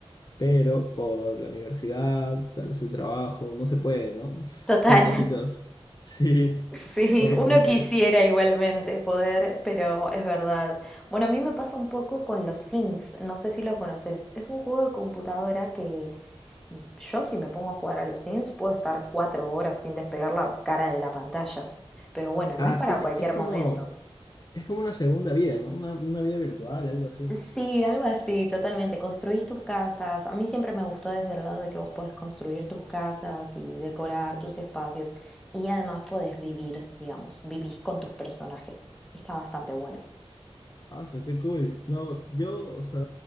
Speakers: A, on the left; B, in the centre.
A: pero por la universidad, tal vez el trabajo, no se puede, ¿no? <laughs>
B: total.
A: Son cositas. Sí,
B: Sí,
A: obviamente.
B: uno quisiera igualmente poder, pero es verdad. Bueno, a mí me pasa un poco con los Sims, no sé si lo conoces. Es un juego de computadora que yo si me pongo a jugar a los Sims puedo estar cuatro horas sin despegar la cara de la pantalla. Pero bueno,
A: Ah,
B: no es para
A: sí,
B: cualquier
A: e- es como,
B: momento.
A: es como una segunda vida, ¿no? Una, una vida virtual, algo así.
B: Sí, algo así, totalmente. Construís tus casas. A mí siempre me gustó desde el lado de que vos podés construir tus casas y decorar tus espacios. Y además podés vivir, digamos, vivís con tus personajes. Está bastante bueno.
A: Ah, so, qué cool. No, yo, o sea,